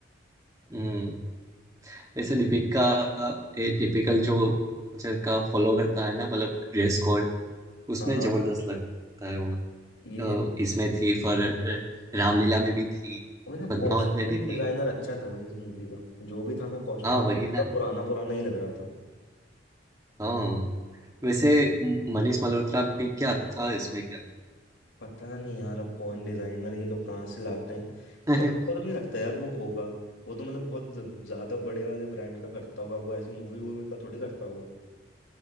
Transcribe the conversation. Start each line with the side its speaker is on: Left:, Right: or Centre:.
Right: हम्म। वैसे दीपिका ये टिपिकल जो कल्चर का फॉलो करता है ना मतलब ड्रेस कोड उसमें
Left: हाँ हाँ
Right: जबरदस्त लगता है वो
Left: ये
Right: अ,
Left: है
Right: इसमें थी फॉर रामलीला में भी थी
Left: और ना
Right: पद्मावत
Left: कॉस्ट्यूम
Right: में भी थी
Left: डिजाइनर अच्छा था भाई इस मूवी का जो भी था ना कॉस्ट्यूम
Right: हाँ वही ना
Left: पुराना पुराना ही लग रहा था
Right: हाँ वैसे म- मनीष मल्होत्रा भी क्या था इसमें क्या
Left: पता नहीं यार अब कौन डिजाइनर ये लोग कहाँ से लाते हैं
Right: <laughs>
Left: पर मुझे पता नहीं लगता यार वो होगा वो तो मतलब बहुत ज- ज्यादा बड़े वाले ब्रांड का करता होगा वो ऐसे मूवी वूवी का थोड़ी करता होगा